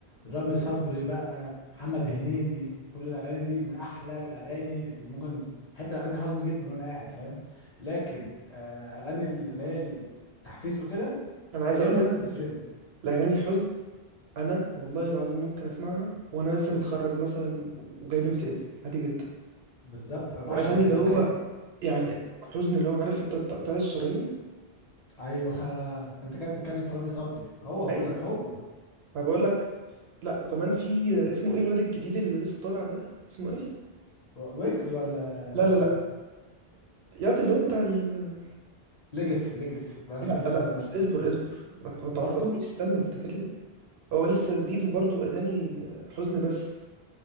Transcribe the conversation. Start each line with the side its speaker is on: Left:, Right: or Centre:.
Left: رامي صبري بقى محمد هنيدي كل الاغاني دي من احلى الاغاني اللي ممكن احب الاغاني الحزن جدا وانا قاعد فاهم لكن آه، اغاني اللي هي التحفيز وكده
Right: انا عايز
Left: ايام
Right: اقول
Left: ما
Right: لك
Left: بنزل الجيم
Right: الاغاني الحزن انا والله العظيم ممكن اسمعها وانا لسه متخرج مثلا وجايب امتياز عادي جدا
Left: بالظبط انا بعشق
Right: واغاني
Left: الحاجات
Right: اللي
Left: دي
Right: هو
Left: بحب
Right: يعني حزن اللي هو عارف انت تقطيع الشرايين
Left: <laughs> ايوه انت كده بتتكلم في رامي صبري هو
Right: اي
Left: بقول لك هو
Right: ما بقول لك لا وكمان في اسمه ايه الواد الجديد اللي لسه طالع ده اسمه ايه
Left: ويجز ولا
Right: لا لا لا ياض اللي هو بتاع ال...
Left: ليجاسي ليجاسي يبقى انا
Right: لا
Left: كده فهمت
Right: آه، لا
Left: دماغك
Right: اصبر اصبر ما ما تعصبنيش
Left: برضو
Right: استنى افتكر لك هو لسه جديد وبرضه اغاني حزن بس